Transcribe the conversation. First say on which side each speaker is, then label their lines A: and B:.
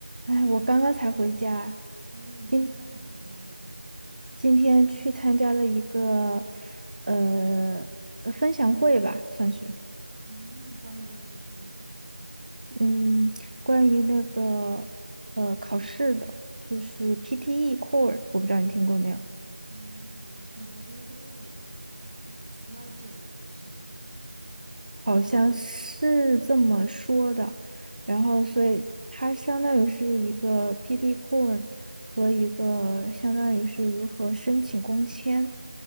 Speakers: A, on the right; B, on the right.
A: 哎，我刚刚才回家，
B: 嗯，
A: 今
B: 你今天干什么去了？
A: 今天去参加了一个呃呃分享会吧，算是，
B: 嗯，关于什么的呢？
A: 嗯，关于那个呃考试的，就是 PTE Core，我不知道你听过没有，
B: 嗯，我听说过，听说这个比雅思要简单一些吗？
A: 好像是这么说的。然后，所以它相当于是一个 PTE Core 和一个相当于是如何申请工签，